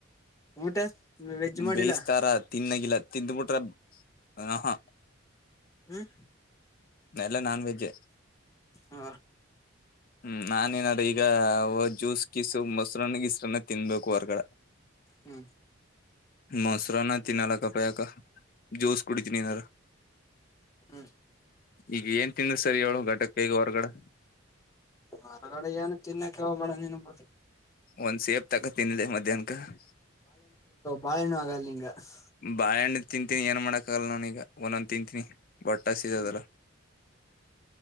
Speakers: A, on the left; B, on the left.
A: ಊಟ ವೆಜ್ ಮಾಡಿಲ್ಲ
B: ಬೇಯಿಸಸ್ತಾರ ತಿನ್ನಾಗಿಲ್ಲ ತಿಂದ್ ಬಿಟ್ರ ಹಃ ಹಾ
A: ಹ್ಮ್
B: ನೆಲ್ಲ ನಾನ್ವೆಜೆ
A: ಹ
B: ಹ್ಮ್ ನಾನ ನಾದ್ರಿ ಈಗ ಜ್ಯೂಸ್ ಕಿಸು ಮೊಸರನ್ನಗಿಸ್ರನ್ನ ತಿನ್ಬೇಕು ಹೊರ್ಗಡೆ
A: ಹ್ಮ್
B: ಮೊಸರಾನ ತಿನ್ನಲ್ಲಕ್ಕಯಕಜ್ಯೂಸ್ ಕುಡಿತೀನಿ ಎನಾರ
A: ಹ್ಮ್
B: ಈಗ ಏನ್ ತಿಂದರಸರಿ ಹೇಳ ಘಟಕಹೊರ್ಗಡೆ
A: ಹೊರಗಡೆ ಏನು ತಿನ್ನಕ <inaudible> <inaudible>
B: ಒಂದ್ ಸೇಬತಗತಿನಲೆಮತ್ತೆ ದನಕ <unintelligible>
A: ಬಳೆಣೂ ಆಗಲ್ಲಿಂಗ <unintelligible>
B: ಬಾಳೆ ಹಣ್ಣುತಿಂತೀನಿ ಏನ್ ಮಾಡಕ್ಹಾಗಲ್ಲ ನಾನೀಗ ಒಂದೊಂದ್ ತಿಂತೀನಿ ಬಟ್ಟಾ ಸಿೀಜ
A: ಹ್ಮ್
B: ತಲ್ಲ <unintelligible> <inaudible> <inaudible>